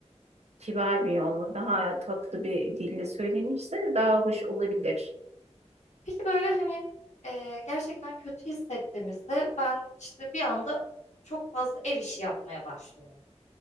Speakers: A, on the right; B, on the left.
A: kibar bir yolla, daha tatlı bir dille söylenirse daha hoş olabilir.
B: Peki böyle hani eee, gerçekten kötü hissettiğimizde ben işte bir anda çok fazla ev işi yapmaya başlıyorum.